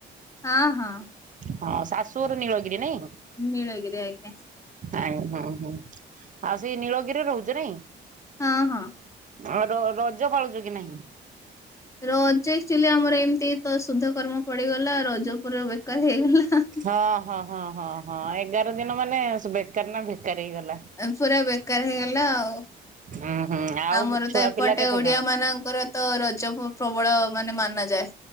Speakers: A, on the left; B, on the right.
A: ହଁ ହଁ
B: ହଁ ଶାଶୂର ନୀଳଗିରି ନାଇଁ।
A: ନୀଳଗିରି ଆଜ୍ଞା।।
B: ଆଜ୍ଞ ହୁଁ ହୁଁ ଆଉ ସେ ନୀଳଗିରିରେ ରହୁଛ ନାଇଁ?
A: ହଁ ହଁ।
B: ଆ ର ରଜ ପାଳୁଛ କି ନାହିଁ?
A: ରଜ ଆକ୍ଚୋଲି ଆମର ଏମିତି ତ ଶୁଦ୍ଧ କର୍ମ ପଡିଗଲା ରଜ ପୁରା ବେକାର ହେଇଗଲା।
B: ହଁ ହଁ ହଁ ହଁ ହଁ ଏଗାର ଦିନ ମାନେ ବେକାର ନା ବେକାର ହେଇଗଲା।
A: ଏବ୍ ପୁରା ବେକାର ହେଇଗଲା ଆଉ।
B: ଉୁଁ ହୁଁ ଆଉ
A: ଆମର
B: ଛୁଆ
A: ତ ଏପଟେ
B: ପିଲା କେତେ
A: ଓଡିଆ
B: ଜଣ?
A: ମାନଙ୍କର ତ ରଜ ପ୍ରବଳ ମାନେ ମାନା ଯାଏ।